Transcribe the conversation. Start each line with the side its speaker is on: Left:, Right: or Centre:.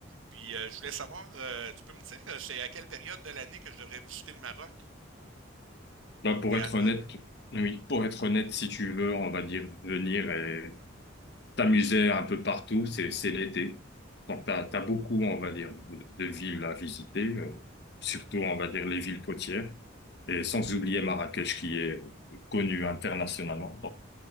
Right: Puis euh, je voulais savoir, euh, tu peux me dire, euh, c'est à quelle période de l'année que je devrais visiter le Maroc,
Left: Bah, pour
Right: idéalement?
Left: être honnête, oui, pour être honnête, si tu veux, on va dire venir et t'amuser un peu partout, c'est, c'est l'été. Donc, t'as, t'as beaucoup, on va dire, de de villes à visiter, euh, surtout, on va dire, les villes côtières. Et sans oublier Marrakech qui est connue internationalement.